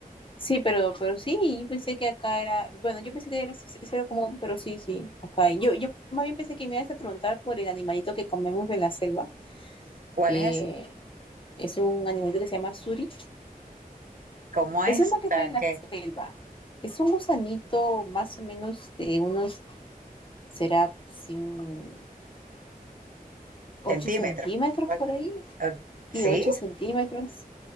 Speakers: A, on the left; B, on the right.
A: Sí, pero, pero sí, yo pensé que acá era, bueno, yo pensé que era, sí, sí, sí era común, pero sí, sí, acá. hay. Yo, yo más bien pensé que me ibas a preguntar por el animalito que comemos en la selva,
B: ¿Cuál
A: que
B: es
A: es un animalito que se llama suri.
B: ¿Cómo es?
A: Eso es más
B: O
A: que
B: sea,
A: todo en la
B: ¿qué?
A: selva. Es un gusanito más o menos de unos, será sin ocho
B: Centímetros.
A: centímetros
B: O-
A: por ahí,
B: o-
A: sí,
B: Sí,
A: 8 centímetros.